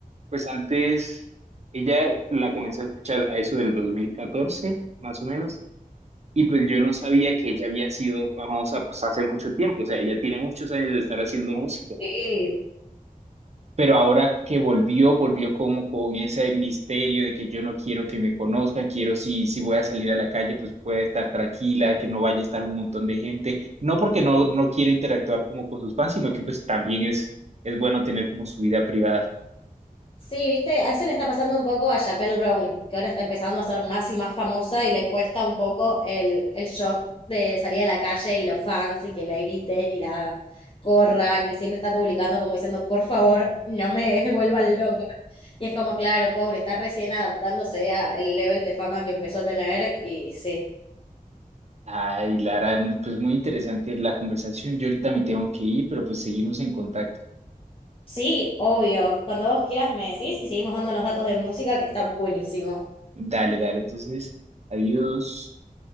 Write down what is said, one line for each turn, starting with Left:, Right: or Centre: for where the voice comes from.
Right: pues antes ella la comencé a escuchar a eso del 2014 más o menos, y pues yo no sabía que ella había sido famosa pues hace mucho tiempo, o sea, ella tiene muchos años de estar haciendo música.
Left: Sí,
Right: pero ahora que volvió, volvió como con ese misterio de que yo no quiero que me conozcan, quiero si, si voy a salir a la calle, pues pueda estar tranquila, que no vaya a estar un montón de gente, no porque no, no quiera interactuar como con sus fans, sino que pues también es, es bueno tener como su vida privada.
Left: Sí, viste, a eso le está pasando un poco a Chappelle Brown, que ahora está empezando a ser más y más famosa y le cuesta un poco el, el shock de salir a la calle y los fans y que la griten y la corran y siempre está publicando como diciendo, por favor, no me <laughs> vuelvan loca. Y es como, claro, pobre, está recién adaptándose al level de fama que empezó a tener y sí.
Right: Ay, Lara, pues muy interesante la conversación. Yo ahorita me tengo que ir, pero pues seguimos en contacto.
Left: Sí, obvio, cuando vos quieras me decís y seguimos dándonos datos de música que está buenísimo.
Right: Dale, dale, entonces, adiós.